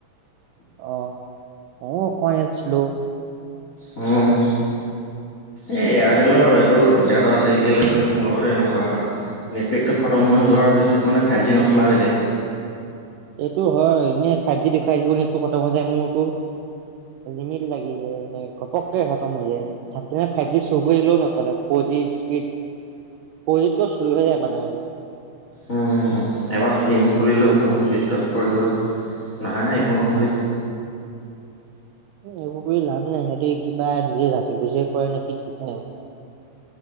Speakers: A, on the right; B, on the left.
A: অ অ অকছিলো
B: উম এই এয়াৰটেলৰ এইটো দিগদাৰটো আছে কেলে জানো মোৰ লগত এনেকুৱা নেটপেকটো খতম হৈ যোৱাৰ পিছত মানে ফাইভ জি নচলা হৈ যায়
A: এইটো হয় এনে ফাইভ জি দেখুৱাই আহো নেটো খতম হৈ যায় মোৰতটো লিমিট লাগি যায় মানে ঘপককে খতম হৈ যায় থ ফাইভ জি শ কৰিলেও নচ ফৰ জি স্পীড ফৰ জকৈ্ল হৈ যায় মাজে মাজে
B: উম, এবাৰ চিম খুলিলোঁ ফোন চুইচ অফ কৰিলোঁ নাই একো নহ'লেই
A: উ এইবোৰ কৰি লাভ নাই সিহঁতে কিবা নিজে জানি বুজিয় কৰে নেকি ঠিক ন